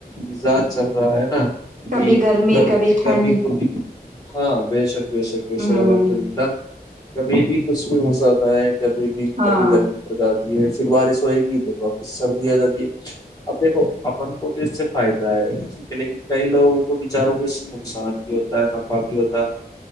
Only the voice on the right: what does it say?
کبھی
گرمی
ٹھنڈ
ہوں
ہاں